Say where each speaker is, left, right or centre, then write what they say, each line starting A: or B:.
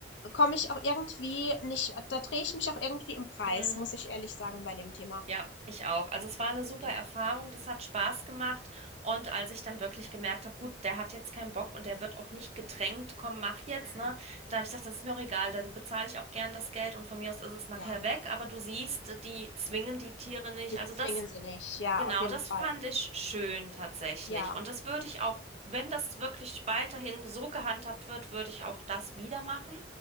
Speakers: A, on the left; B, on the right.
A: komme ich auch irgendwie nicht da drehe ich mich auch irgendwie im Kreis,
B: Mm.
A: muss ich ehrlich sagen, bei dem Thema.
B: Ja, ich auch. Also es war eine super
A: Ja.
B: Erfahrung, das hat Spaß gemacht. Und als ich dann wirklich gemerkt habe, gut, der hat jetzt keinen Bock und der wird auch nicht gedrängt, komm, mach jetzt,
A: Mhm.
B: ne? Da habe ich gesagt, das ist mir auch egal, dann bezahle ich auch gern das Geld und von mir aus ist es nachher
A: Ja,
B: weg. Aber du siehst, die zwingen die Tiere nicht.
A: sie
B: Also
A: zwingen
B: das,
A: sie nicht. Ja,
B: genau,
A: auf jeden
B: das
A: Fall.
B: fand ich schön tatsächlich.
A: Ja.
B: Und das würde ich auch, wenn das wirklich weiterhin so gehandhabt wird, würde ich auch das wieder machen.